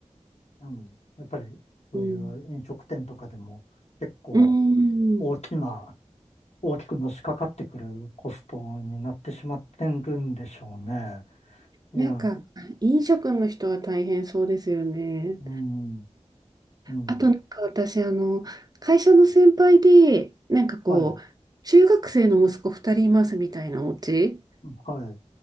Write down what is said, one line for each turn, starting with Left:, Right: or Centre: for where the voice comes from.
Left: ーうん、やっぱりそういう飲食店とかでも結構
Right: うん、うん。
Left: 大きな大きくのしかかってくるコストになってしまってるんでしょうね。いや、
Right: なんか、飲食の人は大変そうですよね。
Left: うん、うん、
Right: あとなんか私、あの、会社の先輩で、なんかこう、
Left: はい、
Right: 中学生の息子2人いますみたいなお家
Left: はい、